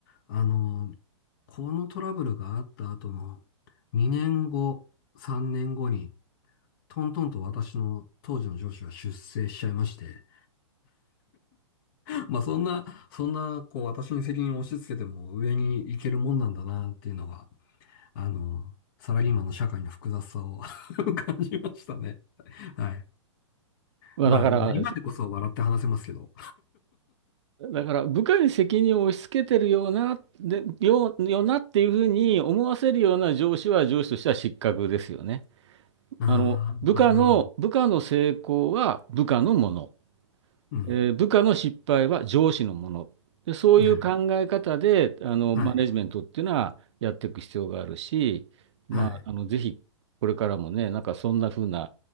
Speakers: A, on the left (about 45°); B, on the right (about 65°).
A: あの、このトラブルがあった後の2年後、3年後に、トントンと私の当時の上司は出世しちゃいまして、<laughs> まあそんな、そんな、こう私に責任を押し付けても上に行けるもんなんだなっていうのが、あの、サラリーマンの社会の複雑さを <laughs> 感じましたね。はい。
B: まあ、
A: まあ、
B: だから、
A: まあ今でこそ笑って話せますけど。
B: だから部下に責任を押し付けてるような、で、よう、よなっていうふうに思わせるような上司は上司としては失格ですよね。
A: あーあ、
B: あの、部下の、
A: なるほど。
B: 部下の成功は部下のもの、
A: うん。
B: えー部下の失敗は上司のもの。で、そういう考え方で、
A: はい。
B: あの、
A: はい。
B: マネジメントっていうのはやっていく必要があるし、まあ、
A: はい。
B: あの、ぜひ、これからもね、なんかそんな風な